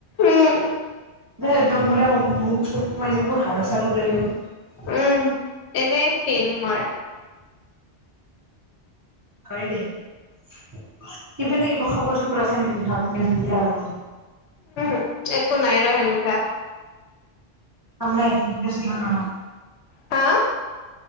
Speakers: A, on the left (about 80°); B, on the right (about 25°).
A: উম। <inaudible>
B: দে একদম বোলে <unintelligible>
A: উম, এনে শেইনমাৰ,
B: হয় দে সেইপিনে কিবা খবৰ চবৰ আছে নেকি ঘৰত নিঠি আৰু
A: উম, একো নাই ৰ সেনকা
B: ম নাই ত দিন আৰু <unintelligible>
A: হা,